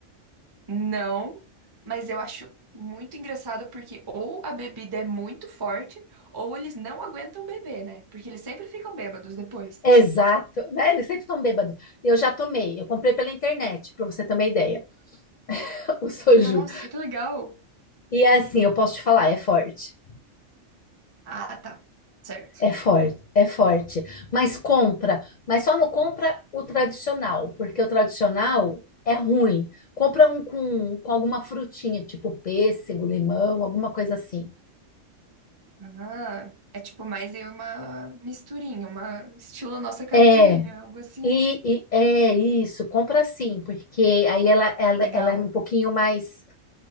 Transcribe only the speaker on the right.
Não, mas eu acho muito engraçado porque ou a bebida é muito forte, ou eles não aguentam beber, né? Porque eles sempre ficam bêbados depois.
Nossa, que legal!
Ah, tá. Certo.
Ah, é tipo mais aí uma misturinha, uma estilo nossa caipirinha,
algo assim.
Legal.